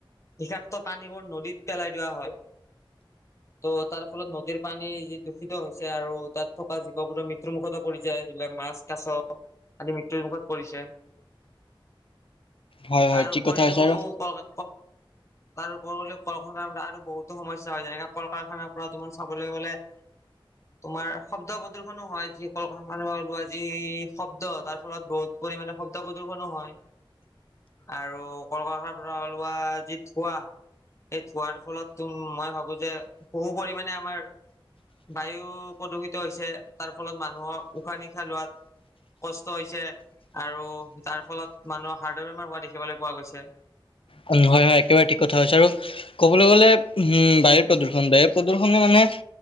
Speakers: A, on the left; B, on the left.
A: বিষাক্ত পানীবোৰ নদীত পেলাই দোৱা হয় ত' তাৰ ফলত নদীৰ পানী যি দূষিত হৈছে আৰু তাত থকা জীৱ বোৰ মৃত্যু মৃত্যুৰ মুখতো পৰিছে এইবিলাক মাছ কাছ আদি মৃত্যুৰ মুখত পৰিছে
B: হয়
A: তাৰ
B: হয় ঠিক
A: উপৰিও
B: কথা কৈছা আৰু
A: কলকা তাৰপ কল কাৰখানাৰ পৰা আৰু বহুতো সমস্যা হয় যেনেকে কল কাৰখানাৰ পৰা তোমাৰ চাবলৈ ব তোমাৰ শব্দ প্ৰদৰ্শনো হয়। কলখান লোৱা যি শব্দ তাৰ ফলত বহুত পৰিমামানে শব্দ প্ৰদূশনো হয় আৰু কলকৰখানাৰ পৰা ওলোৱা যি থোৱা সেই ধোৱাৰ ফলত তম মই ভাবো যে বহু পৰিমণে আমাৰ। বায়ু প্ৰদূষিত হৈছে তাৰ ফলত মানুহৰ উশাহ নিশাহ লোৱাত। কষ্ট হৈছে আৰু তাৰ ফলত মানুহৰ হাৰ্টৰ বেমাৰ হোৱা দেখিবলৈ পোৱা গৈছে।
B: হয়। হয় হয় একেবাৰে ঠিক কথা হৈছে আৰু ক'বলৈ গ'লে বায়ুৰু প্ৰদূৰষণ বায়ু প্ৰদূষণে মানে।